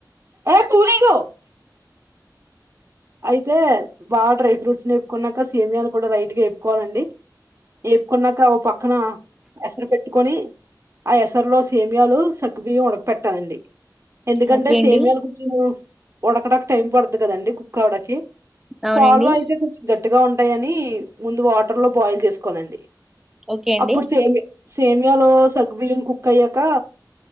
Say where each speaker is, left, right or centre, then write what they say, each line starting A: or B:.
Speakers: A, on the right (about 40°); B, in the centre.
A: ఏ తూనిగా అయితే బాగా డ్రై ఫ్రూట్స్ ని ఎప్పుకున్నాక సేమియాను కూడా రైట్ గా ఎప్పుకోవాలండి ఏపుకున్నాక ఓ పక్కన ఎసరు పెట్టుకొని ఆ ఎసరులో సేమియాలు సకుబియ్యం ఉడకపెట్టాలండి ఎందుకంటే
B: ఓకే అండి
A: సేమియాలు కొంచెం ఉడకడక టైం పడుతు కదండి కుక్ అవడాకి
B: అవునండి
A: పాలు అయితే కొంచెం గట్టిగా ఉంటాయని ముందు వాటర్ లో బాయిల్ చేసుకోవాలండి
B: ఓకే అండి
A: అప్పుడు సేమి సేమియాలో సగ్గుబియ్యం కుక్ అయ్యాక